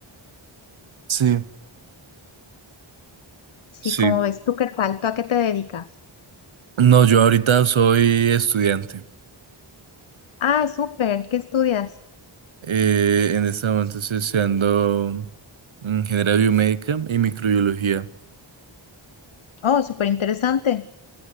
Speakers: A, on the right; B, on the left.
A: Sí.
B: Sí,
A: Sí.
B: como ves, ¿tú qué tal? ¿Tú a qué te dedicas?
A: No, yo ahorita soy estudiante.
B: Ah, súper, ¿qué estudias?
A: Eh, en este momento estoy estudiando ingeniería biomédica y microbiología.
B: Oh, súper interesante.